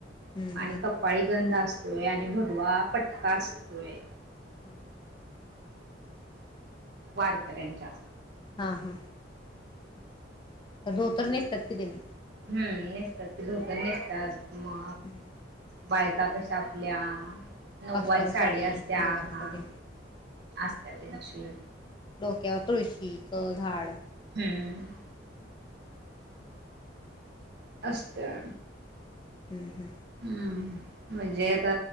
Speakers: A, on the left; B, on the right.
A: हम्म
B: आणि कपाळी गंध असते होय आणि भगवा पटका असतोय.
A: हा हा
B: वारकऱ्यांच्या
A: हा हा धोतर नेसतात कि त्यानी
B: हम् नेसतात कि धोतर नेसतात मग
A: <inaudible>
B: बायका कशा आपल्या नऊवारी
A: काष्ट्यावर
B: साडी असते आ
A: नऊवारी
B: हा
A: साडी
B: असत्यात ते तसे
A: डोक्यावर तुळशीचं झाड
B: हम् असत्या
A: हम् हं
B: हम्म म्हणजे आता